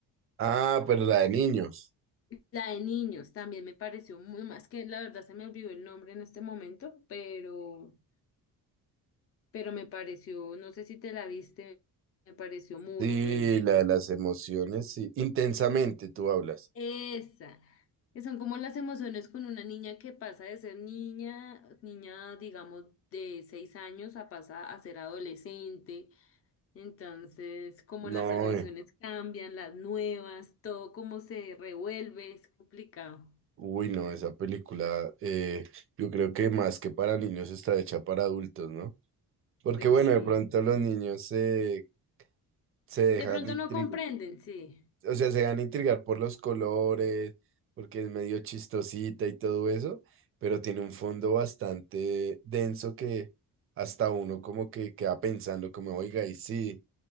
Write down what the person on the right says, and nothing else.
Ah, pero la de niños.
Sí,
la de las emociones, sí. Intensamente tú hablas.
No,
eh,
uy, no, esa película, eh, yo creo que más que para niños está hecha para adultos, ¿no? Porque
bueno,
de pronto los niños se, se dejan
intrigar,
o sea, se dejan intrigar por los colores, porque es medio chistosita y todo eso, pero tiene un fondo bastante denso que hasta uno como que queda pensando como, oiga, y sí,